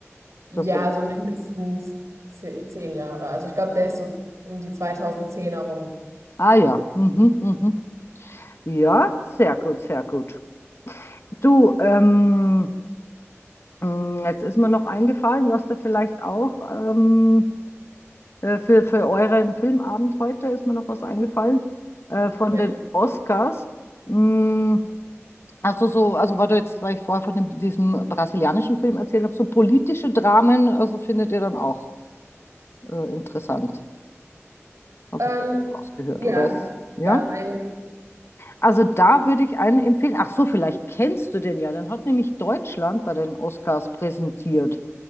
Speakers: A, on the right; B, on the left.
A: ja,
B: dass du den...
A: so mindestens ze- zehn Jahre. Also ich glaube, der ist so um die 2010er rum.
B: Ah ja, mhm, mhm. Ja, sehr gut, sehr gut. Du, ähm, Hm, Jetzt ist mir noch eingefallen, du hast da vielleicht auch ähm, äh, für, für euren Filmabend heute ist mir noch was eingefallen äh, von
A: Ja.
B: den Oscars. Hm, also so, also weil du jetzt, weil ich vorher von dem, diesem brasilianischen Film erzählt habe, so politische Dramen, also findet ihr dann auch äh, interessant, habe
A: Ähm,
B: ich jetzt rausgehört,
A: ja,
B: oder ist, ja?
A: ja, ein.
B: Also da würde ich einen empfehlen. Ach so, vielleicht kennst du den ja. Den hat nämlich Deutschland bei den Oscars präsentiert.